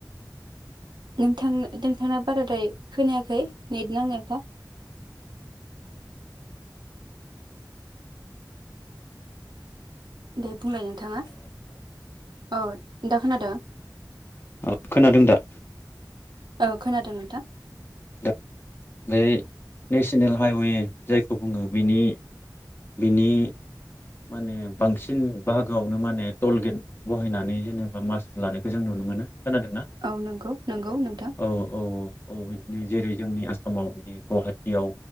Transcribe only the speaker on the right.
नोंथां नोंथांना बाराद्राय खोनायाखै? नेद नांनायाव था। दे बुंलाय नोंथांङा औ दा खोनादो।
औ खोनादो नोंथां।
औ नंगौ नंगौ नोंथां